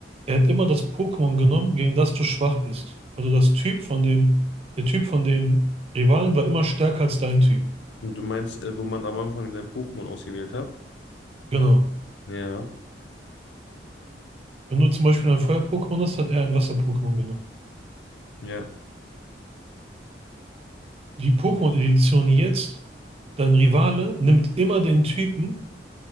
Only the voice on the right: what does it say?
Er hat immer das Pokémon genommen, gegen das du schwach bist. Also das Typ von dem, der Typ von dem Rivalen war immer stärker als dein Typ.
Genau.
Wenn du zum Beispiel ein Feuer-Pokémon hast, hat er ein Wasser-Pokémon genommen.
die Pokémon-Edition jetzt, dein Rivale nimmt immer den Typen,